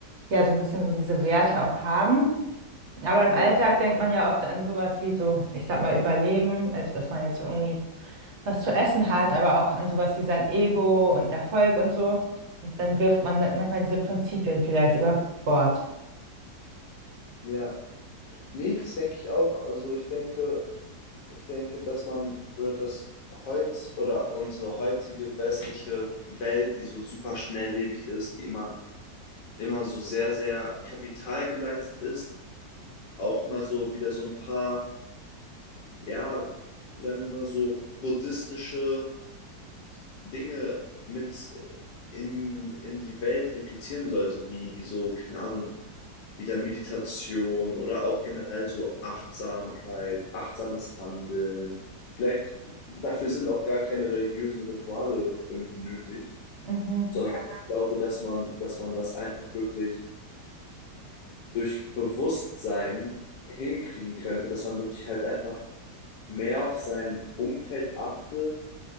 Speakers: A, on the right; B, on the left.
A: ja so ein bisschen so diese Werte auch haben. Aber im
B: Ja,
A: Alltag denkt man ja oft an sowas wie so, ich sag mal, Überleben, also dass man jetzt irgendwie was zu essen hat, aber auch an sowas wie sein Ego und Erfolg und so. Und dann wirft man manchmal diese Prinzipien vielleicht über Bord.
B: ja. Nee, das denke ich auch. Also ich denke, ich denke, dass man oder dass heutz oder unsere heutige westliche Welt, die so super schnelllebig ist, die immer, immer so sehr, sehr kapitalgeleitet ist, auch mal so wieder so ein paar, ja, sagen wir mal so buddhistische Dinge mit äh, in, in die Welt implizieren sollte, wie so, keine Ahnung, wieder Meditation oder auch generell so Achtsamkeit, achtsames Handeln. Vielleicht dafür sind auch gar keine religiösen Rituale irgendwie nötig,
A: Mhm.
B: sondern ich glaube, dass man, dass man das einfach wirklich durch Bewusstsein hinkriegen könnte, dass man wirklich halt einfach mehr auf sein Umfeld achtet